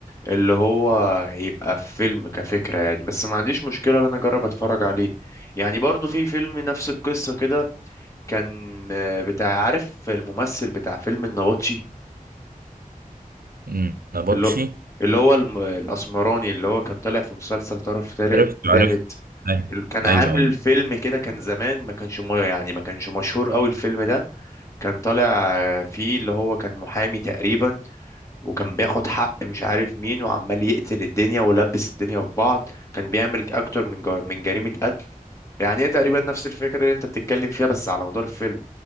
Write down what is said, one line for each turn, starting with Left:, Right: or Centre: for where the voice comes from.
Left: اللي هو يبقى في فيلم كفكرة يعني بس ما عنديش مشكلة إن أنا أجرب أتفرج عليه يعني برضو في فيلم نفس القصة كده كان آه، بتاع عارف الممثل بتاع فيلم النبطشي
Right: مم. نبطشي
Left: اللي هو اللي هو الم- الأسمراني اللي هو كان طالع في مسلسل طرف طارق
Right: عرفت عرفت
Left: الثالث كان عامل
Right: ايوه ايوه
Left: فيلم كده كان زمان ما كانش م- يعني ما كانش مشهور قوي الفيلم ده كان طالع آه، فيه اللي هو كان محامي تقريبا وكان بياخد حق مش عارف مين وعمال يقتل الدنيا ولبس الدنيا في بعض كان بيعمل اكتر من جر... من جريمة قتل يعني هي تقريبا نفس الفكرة اللي انت بتتكلم فيها بس على مدار الفيلم